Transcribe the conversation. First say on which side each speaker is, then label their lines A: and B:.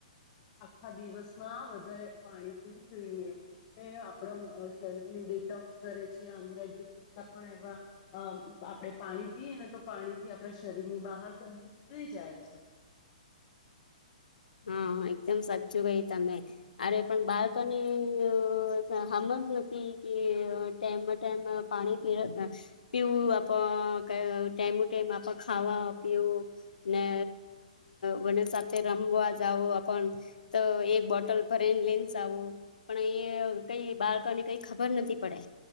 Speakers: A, on the left (about 35°); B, on the left (about 90°).
A: આખા દિવસમાં વધારે પાણી પીવું જોઈએ આપડ શરીરને ડિટોક્સ કરે છે અંદર જેટલા પણ એવા અ આપણેે પાણી પીએ ને તો પાણી થી આપણા શરીર ની બહાર ીી જાય છે
B: હા એકદમ સાચું કઈ તમે અરે પણ બાળકોની સમમજ નથી કે ટાઈમમાં ટાઈમ પાણી પી પીવું આપ ટાઈમ ટાઈમ આપ ખાવા પીવું ને બને સાથે રમવા આવ તો એક બોટલ પર એને લેન્સ આવો પણ એ કઈ બાળકો ને કઈ ખબર નથી પડે